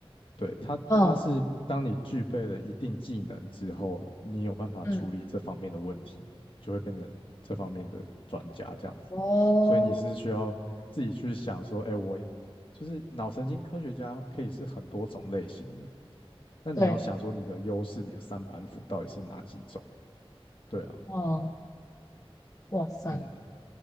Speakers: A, on the left; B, on the left.
A: 对，它，
B: 嗯
A: 它是当你具备了一定技能之后，你有办法处理这方面的问题，
B: 嗯，
A: 就会变成这方面的专家这样子。
B: 哦，
A: 所以你是需要自己去想说，哎，我就是脑神经科学家可以是很多种类型的，那你要想说你的优势，
B: 对，
A: 你的三板斧到底是哪几种？对啊，
B: 嗯，哇塞，
A: 嗯，